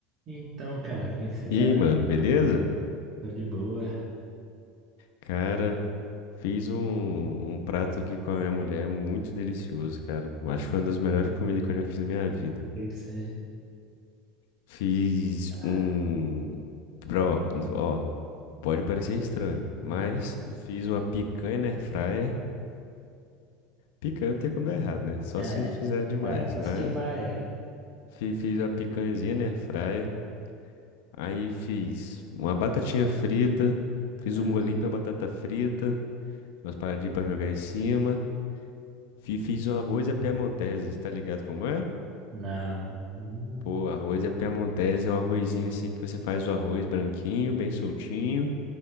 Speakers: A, on the right (about 45°); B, on the left (about 75°).
A: Então, cara, como é que você tá?
B: E aí, mano, beleza?
A: Tô de boa.
B: Cara, fiz um, um prato aqui com a minha mulher muito delicioso, cara. Eu Acho que foi uma das melhores comidas que eu já fiz na minha vida.
A: O que é que você.
B: Fiz
A: Tá.
B: um. Pro, ó, pode parecer estranho, mas
A: Uhum.
B: fiz uma picanha na airfryer. Picanha não tem como dar errado, né? Só
A: É,
B: se fizer demais.
A: tá, só
B: Mas
A: se queimar, é.
B: fi- fiz uma picanhazinha na airfryer. Aí fiz uma batatinha frita.
A: Verdade.
B: Fiz um molhinho pra batata frita. Umas paradinhas pra jogar em cima. Fi- Fiz um arroz à piemontese, tá ligado como é?
A: Não. Hum,
B: Pô, arroz à piemontese é um arrozinho assim que você faz o arroz branquinho, bem soltinho.
A: hum,